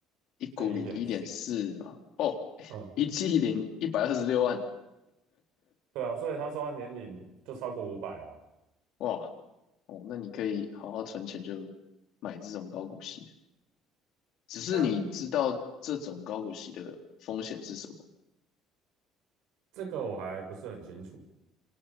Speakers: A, on the left; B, on the right.
A: 一股领一点四嘛，
B: 现在一点四，
A: 哦，
B: 嗯，
A: 一季领一百二十六万，
B: 对啊，所以他说他年龄就超过五百啊，
A: 哇，哦，那你可以好好存钱就买这种高股息的，只是你知道这种高股息的风险是什么？
B: 但这个我还不是很清楚，